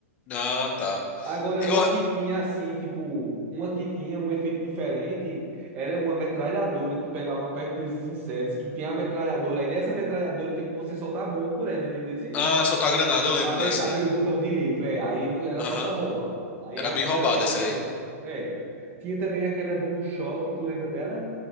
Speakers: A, on the left; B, on the right.
A: Ah, tá.
B: Agora,
A: Eu,
B: uma que tinha assim, tipo, uma que tinha um efeito diferente, era uma metralhadora que pegava perto desses insetos, que tem a metralhadora, aí nessa metralhadora tem como você soltar a bomba por ela, entendeu? assim?
A: ah, soltou a granada, eu lembro
B: Apertar
A: dessa, né?
B: pelo botão direito, é, aí ele- ela
A: Aham.
B: solta a bomba. Aí
A: Era
B: é algo
A: bem roubada
B: que é diferente,
A: essa aí.
B: assim. É. Tinha também aquela do choque, tu lembra dela?